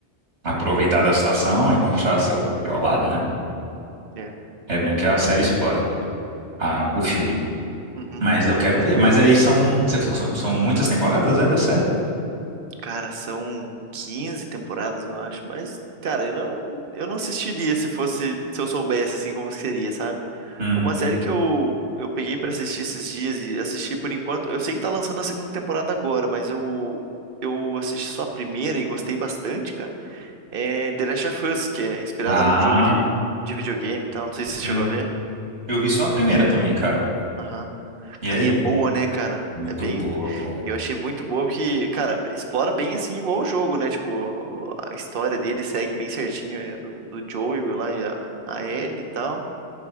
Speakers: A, on the right; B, on the right.
A: aproveitar da situação e mostrar seu pior lado, né?
B: É.
A: É bem o que a série explora, a- o filme.
B: Uhum.
A: Mas eu quero ver. Mas aí são, você falou que são, são muitas temporadas, é, da série?
B: Cara, são 15 temporadas, eu acho, mas, cara, eu não, eu não assistiria se fosse, se eu soubesse, assim, como seria, sabe?
A: Uhum.
B: Uma série que eu, eu peguei pra assistir esses dias e assisti por enquanto, eu sei que tá lançando a segunda temporada agora, mas eu, eu assisti só a primeira e gostei bastante, cara. É The Last of Us, que é inspirada
A: Ah,
B: num jogo de, de videogame e tal. Não sei se você chegou
A: uhum.
B: a ver.
A: Eu vi só a primeira também, cara.
B: Aham.
A: E
B: Cara,
A: aí?
B: e é boa, né, cara?
A: Muito
B: É bem.
A: boa, pô.
B: Eu achei muito boa porque, cara, explora bem assim igual o jogo, né? Tipo, o- a história dele segue bem certinho, é, do, do Joel lá e a, a Ellie e tal.